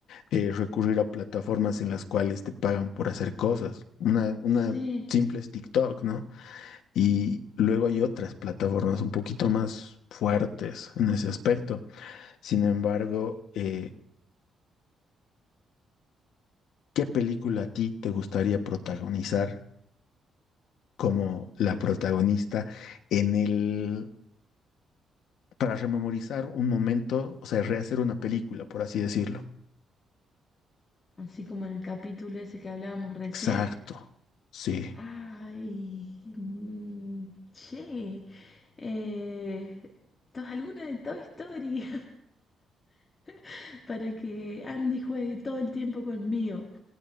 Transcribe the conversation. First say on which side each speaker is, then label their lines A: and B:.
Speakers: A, on the left; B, on the left.
A: Eh, recurrir a plataformas en las cuales te pagan por hacer cosas. Una, una
B: Sí,
A: simple es TikTok, ¿no? Y luego hay otras plataformas un poquito más fuertes en ese aspecto. Sin embargo, eh, ¿qué película a ti te gustaría protagonizar como la protagonista en el, para rememorizar un momento, o sea, rehacer una película, por así decirlo?
B: así como en el capítulo ese que hablábamos recién.
A: Exacto, sí.
B: Ay, mm, che, eh, ¿tos alguna de Toy Story? <laughs> Para que Andy juegue todo el tiempo conmigo.